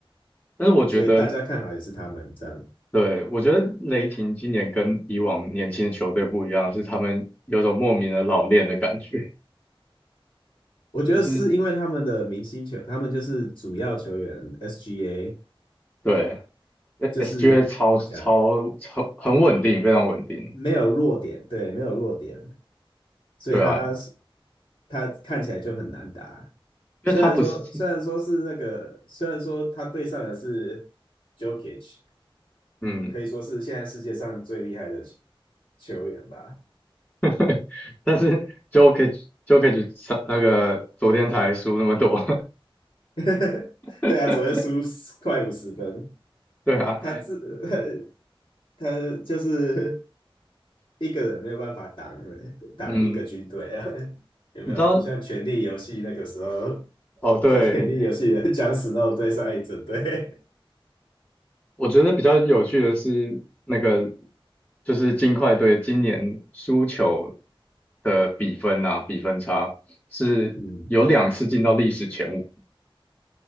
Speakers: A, on the left; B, on the left.
A: 但是我觉得，
B: 所以大家看好也是他们这样。
A: 对，我觉得雷霆今年跟以往年轻的球队不一样，是他们有种莫名的老练的感觉，
B: 我觉得是因为他们的明星球，
A: 就是
B: 他们就是主要球员 SGA，
A: 对，SGA
B: 就是怎么讲，
A: 超超超很稳定，非常稳定，
B: 没有弱点，对，没有弱点，所以他
A: 对啊，
B: 他看起来就很难打。
A: 因为他不是，
B: 虽然说虽然说是那个，虽然说他对上的是 Jokic，
A: 嗯，
B: 可以说是现在世界上最厉害的球球员吧。
A: <laughs> 但是 Jokic Jokic 上那个昨天才输那么多，
B: <laughs>
A: <laughs>
B: 对啊，昨天输快五十分，
A: 对啊，
B: 他自 <laughs> 他就是一个人没有办法挡挡一个军队啊，
A: 嗯，
B: <laughs> 有没有？
A: 你知道，
B: 像《权力游戏》那个时候，
A: 哦，对，
B: 像《权力游戏》的 <laughs> 僵死那种对上一整队。
A: 我觉得比较有趣的是那个，就是金块队今年输球的比分啊，比分差是有两次进到历史前五，
B: <laughs> 嗯